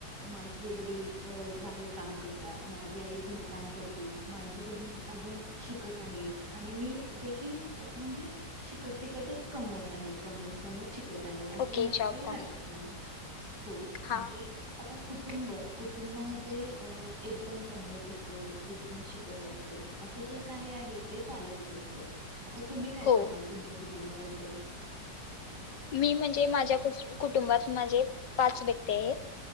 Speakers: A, on the right; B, on the left.
A: माझे वडील बाहेर काम करतात माझी आई घर काम करते माझी बहीण अजून शिकत आहे आणि मी देखील असं म्हणजे शिकत शिकतच कमवत आहे कमवत कमवत शिकत नाही असं
B: ओके
A: म्हणायला
B: जॉब
A: काही हरकत
B: पण
A: नाही. हो म्हणजे
B: हां
A: आता कुठ कुटुंब कुटुंबामध्ये अ एक जण कमवत असतो एक जण शिकत असतो असं जे काही आहे ते चालतच असतो. आता तुम्ही काय
B: हो
A: सांगाल तुमच्या कुटुंबा कुटुंबाबद्दल
B: मी म्हणजे माझ्या कुटुंबात माझे पाच व्यक्ती आहेत.